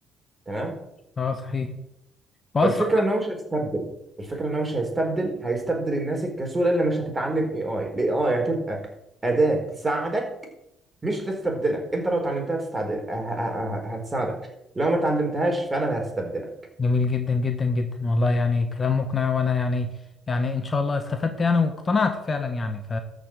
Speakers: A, on the right; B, on the left.
A: تمام
B: اه صحيح واسرع
A: فالفكره ان هو مش هيستبدل الفكره ان هو مش هيستبدل هيستبدل الناس الكسوله اللي مش هتتعلم اي اي الاي اي هتبقى اداه تساعدك مش تستبدلك انت لو اتعلمتها تستعدل ه- ه- ه- هتساعدك لو ما اتعلمتهاش فانا اللي هستبدلك
B: جميل جدا جدا جدا والله يعني كلام مقنع وانا يعني يعني ان شاء الله استفدت يعني واقتنعت فعلا يعني ف